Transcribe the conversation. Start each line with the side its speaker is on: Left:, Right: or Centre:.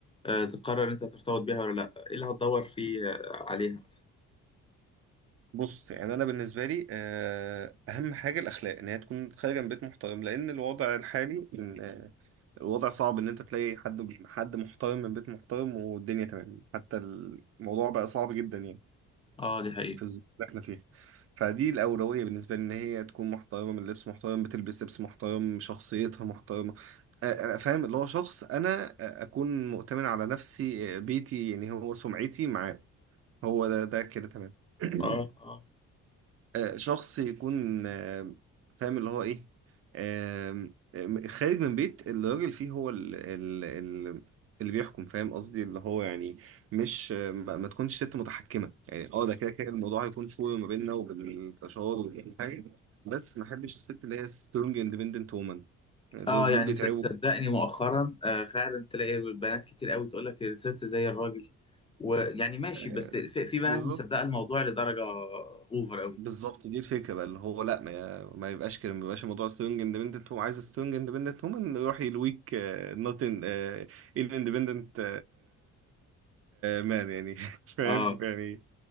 Left: آه، تقرر انت ترتبط بيها ولا لا ايه اللي هتدور فيه آه، عليها مثلا
Right: بص يعني انا بالنسبه لي آه، اهم حاجه الاخلاق ان هي تكون خارجه من بيت محترم لان الوضع الحالي إن، آه، الوضع صعب ان انت تلاقي حد حد محترم من بيت محترم والدنيا تمام حتى الموضوع بقى صعب جدا يعني
Left: اه دي حقيقة
Right: في الظروف اللي احنا فيها فدي الأولوية بالنسبة لي إن هي تكون محترمة من اللبس محترم بتلبس لبس محترم شخصيتها محترمة أ- أ- فاهم اللي هو شخص أنا أ- أكون مؤتمن على نفسي أ، بيتي يعني هو سمعتي معاه هو ده ده كده تمام <clears throat>
Left: اه اه
Right: آه، شخص يكون آه، فاهم اللي هو ايه آم، آم، خارج من بيت الراجل فيه هو ال ال ال اللي بيحكم فاهم قصدي اللي هو يعني مش آه، ما ما تكونش ست متحكمة يعني اه ده كده كده الموضوع هيكون شوية ما بيننا وبالتشاور وكل حاجة بس ما احبش الست اللي هي سترونج اندبندنت وومن دول
Left: اه يعني
Right: دول بيتعبوا
Left: ص- صدقني مؤخرا آه فعلا تلاقي بنات كتير قوي تقول لك الست زي الراجل ويعني ماشي
Right: آه،
Left: بس في, في بنات
Right: بالظبط
Left: مصدقة الموضوع لدرجة اوفر قوي
Right: بالظبط دي الفكره بقى اللي هو لا ما, ما يبقاش كده ما يبقاش الموضوع سترونج اندبندنت هو عايز سترونج اندبندنت هم يروح يلويك نوت ان ان اندبندنت مان يعني <laughs> فاهم
Left: اه
Right: يعني